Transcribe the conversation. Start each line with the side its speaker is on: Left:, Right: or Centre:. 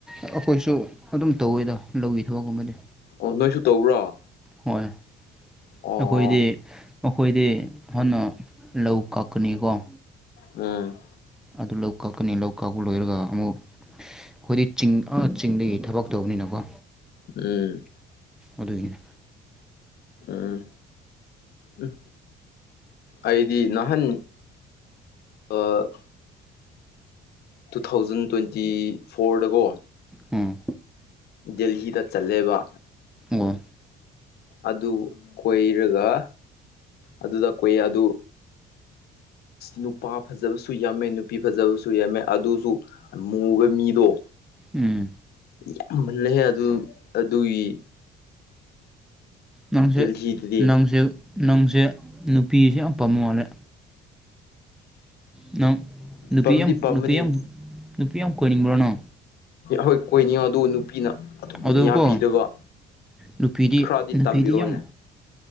Centre: ꯑꯩꯈꯣꯏꯁꯨ ꯑꯗꯨꯝ ꯇꯧꯋꯦꯗ ꯂꯧꯒꯤ ꯊꯕꯛꯀꯨꯝꯕꯗꯤ
Left: ꯑꯣ ꯅꯣꯏꯁꯨ ꯇꯧꯕ꯭ꯔꯣ
Centre: ꯍꯣꯏ ꯑꯩꯈꯣꯏꯗꯤ
Left: ꯑꯣ
Centre: ꯑꯩꯈꯣꯏꯗꯤ ꯍꯥꯟꯅ ꯂꯧ ꯀꯛꯀꯅꯤꯀꯣ
Left: ꯎꯝ
Centre: ꯑꯗꯨ ꯂꯧ ꯀꯛꯀꯅꯤ ꯂꯧ ꯀꯛꯄ ꯂꯣꯏꯔꯒ ꯑꯃꯨꯛ ꯑꯩꯈꯣꯏꯗꯤ ꯆꯤꯡ ꯆꯤꯡꯗꯒꯤ ꯊꯕꯛ ꯇꯧꯕꯅꯤꯅꯀꯣ
Left: ꯎꯝ
Centre: ꯑꯗꯨꯒꯤꯅꯦ
Left: ꯎꯝ ꯎꯝ ꯑꯩꯗꯤ ꯅꯍꯥꯟ ꯑ ꯇꯨ ꯊꯥꯎꯖꯟ ꯇ꯭ꯋꯦꯟꯇꯤ ꯐꯣꯔꯗꯀꯣ
Centre: ꯎꯝ
Left: ꯗꯦꯍꯤꯗ ꯆꯠꯂꯦꯕ
Centre: ꯋꯥ
Left: ꯑꯗꯨ ꯀꯣꯏꯔꯒ ꯑꯗꯨꯗ ꯀꯣꯏ ꯑꯗꯨ ꯅꯨꯄꯥ ꯐꯖꯕꯁꯨ ꯌꯥꯝꯃꯦ ꯅꯨꯄꯤ ꯐꯖꯕꯁꯨ ꯌꯥꯝꯃꯦ ꯑꯗꯨꯁꯨ ꯃꯨꯕ ꯃꯤꯗꯣ
Centre: ꯎꯝ
Left: ꯌꯥꯝꯃꯜꯂꯍꯦ ꯑꯗꯨ ꯑꯗꯨꯒꯤ
Centre: ꯅꯪꯁꯦ
Left: ꯗꯦꯜꯍꯤꯗꯗꯤ
Centre: ꯅꯪꯁꯦ ꯅꯪꯁꯦ ꯅꯨꯄꯤꯁꯦ ꯌꯥꯝ ꯄꯥꯝꯕ ꯃꯥꯜꯂꯦ ꯅꯪ ꯅꯨꯄꯤ
Left: ꯄꯥꯝꯗꯤ
Centre: ꯌꯥꯝ
Left: ꯄꯥꯝꯃꯅꯤ
Centre: ꯅꯨꯄꯤ ꯌꯥꯝ ꯅꯨꯄꯤ ꯑꯃ ꯀꯣꯏꯅꯤꯡꯕ꯭ꯔꯅꯣ
Left: ꯍꯣꯏ ꯀꯣꯏꯅꯤꯉ ꯑꯗꯨ ꯅꯨꯄꯤꯅ ꯑꯗꯨꯝ
Centre: ꯑꯗꯨꯀꯣ
Left: ꯃꯤ ꯍꯥꯞꯄꯤꯗꯕ
Centre: ꯅꯨꯄꯤꯗꯤ
Left: ꯈꯔꯗꯤ
Centre: ꯅꯨꯄꯤꯗꯤ
Left: ꯇꯝꯕꯤꯔꯣꯅꯦ
Centre: ꯌꯥꯝ